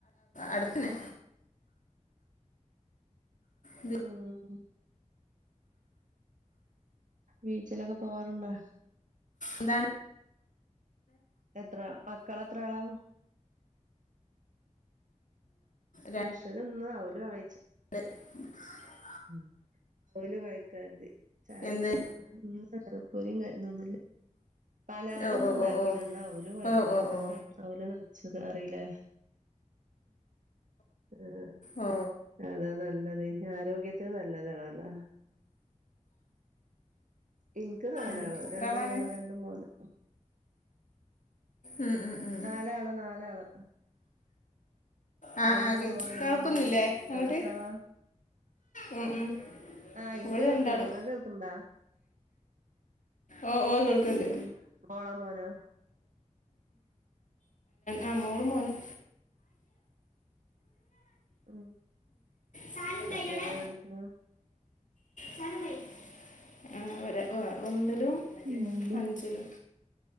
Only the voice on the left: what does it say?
അടുത്തു തന്നെ
ഇത്
ന്താണ്
രണ്ട്
<unintelligible>
എന്ത്
ഓ ഓ
ഓ ഓ
ഓ ഓ ഓ
ഓ
ഉം. എത്ര
ആളാണ്
ഉം, ഉം, ഉം.
ആ
ആ കേ-
കേൾക്കുന്നില്ലേ
അങ്ങോട്ട്
ഉം ഉം
ഇവിടെ
രണ്ടാള്
ഓ ഓ കേൾക്കണ്ട്
ആ മോളും മോനും
സാനും ബൈനടെ
സാനും ബൈ ആ ഒര് ഒന്നിലും
അഞ്ചിലും